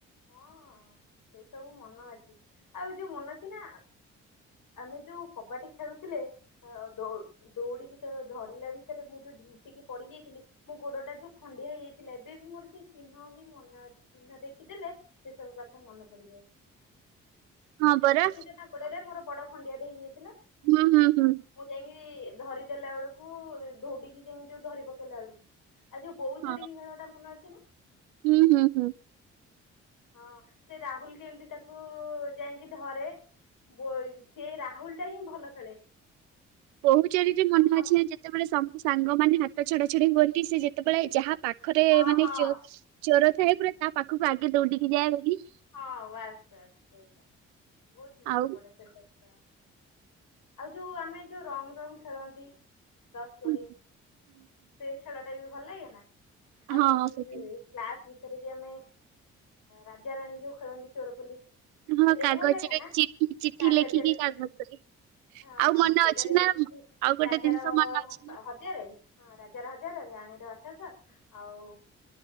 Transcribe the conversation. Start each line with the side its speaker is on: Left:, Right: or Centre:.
Left: ହଁଅ। ସେ ସବୁ ମନ ଅଛି, ଆଉ ଯୋଉ ମନ ଅଛି ନା? ଆମେ ଯୋଉ କବାଡି ଖେଳୁଥିଲେ, ଅ ଦୋ ଦୌଡ଼ିକି ତ ଧରିଲା ଭିତରେ ମୁଁ ଯୋଉ ଝୁଣ୍ଟିକି ପଡି ଯାଇଥିଲି ମୋ ଗୋଡଟା ଯୋଉ ଖଣ୍ଡିଆ ହେଇଯାଇଥିଲା ଏବେ ବି ମୋର ସେଇ ଚିହ୍ନ ବି ମନେ ଅଛି। ଚିହ୍ନ ଦେଖିଦଲେ ସେ ସବୁ କ ମନେ ପଡିଯାଏ
Right: ହଁ ପରା
Left: ଦେଖିଛ ନା ଗୋଡରେ ମୋର ବଡ ଖଣ୍ଡିଆ ଟେ ହେଇଯାଇଥିଲା?
Right: ହୁଁ ହୁଁ ହୁଁ।
Left: ମୁଁ ଯାଇକି ଧରିଦେଲା ବେଳକୁ ଧୌଡିକି ଯାଇକି ଯୋଉ ଧରି ପକେଇଲା ବେଳକୁ ଆଉ ଯୋଉ ବୋହୂ ଚୋରୀ
Right: ହଁ
Left: କି ଖଳ ଟା ମନେ ଅଛି ନା?
Right: ହୁଁ ହୁଁ ହୁଁ।
Left: ହଁ ସେ ରାହୁଲ କେମିତି ତାକୁ ଯାଇକି ଧରେ? ବୋର୍ ସେ ରାହୁଲ ଟା ହିଁ ଭଲ ଖେଳେ।
Right: ବୋହୂ ଚାରୀରେ
Left: ଆମ
Right: ମନେ ଅଛି ନା ଯେତେବେଳେ ସବୁ ସାଙ୍ଗ ମାନେ ହାତ ଛଡା ଛଡି ହୁଅନ୍ତି ସେ ଯେତେବେଳେ ଯାହା ପା ଖରେ
Left: ହଁ
Right: ମାନେ
Left: ହଁ
Right: ଚୋ ଚୋର ଥାଏ ପୁରା ତା ପାଖକୁ ଆଗେ ଦୌଡିକି ଯାଏ ବୋଲି।
Left: ହଁ ବାସ୍ ବାସ୍ ସେଇଟା, ବହୁତ ମନେ
Right: ଆଉ
Left: ପଡେ ସେ ସବୁ। ଆଉ ଯୋଉ ଆମେ ଯୋଉ ରଙ୍ଗ ରଙ୍ଗ ଖେଳନ୍ତି ଦଶ କୋଡିଏ
Right: ହୁଁ
Left: ସେ ଖେଳ ଟା ବି ଭଲ ଲାଗେ ନା? ଆଉ
Right: ହଁ ସେଇଟା
Left: ସେ କ୍ଲାସ ଭିତରେ ବି ଆମେ ରାଜାରାଣୀ ଯୋଉ ଖେଳନ୍ତି ଚୋରପୋଲିସ?
Right: ହଁ
Left: ସେଇଟା ବି
Right: କାଗଜରେ
Left: ଭଲ ଲାଗେନା,
Right: ଚିଠି ଚିଠି
Left: କାଗଜରେ
Right: ଲେଖିକି
Left: ଚିରି
Right: କାଗଜରେ
Left: ହଁ
Right: ଆଉ
Left: ହଁ
Right: ମନେ
Left: ସେଇଟାରେ
Right: ଅଛି ନା
Left: ଲେଖିକି
Right: ଆଉ ଗୋଟେ
Left: ରାଜାର
Right: ଜିନିଷ
Left: ସ
Right: ମନେ ଅଛି ନା
Left: ହ ହଜାର ହଁ ରାଜାର ହଜାର ରାଣୀର ଅଠଶହ ଆଉ